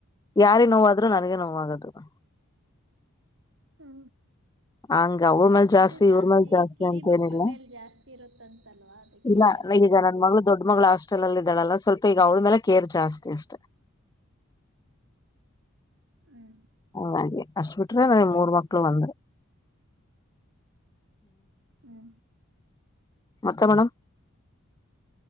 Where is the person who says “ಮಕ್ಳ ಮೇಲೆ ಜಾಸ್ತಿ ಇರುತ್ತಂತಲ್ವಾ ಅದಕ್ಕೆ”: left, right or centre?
Right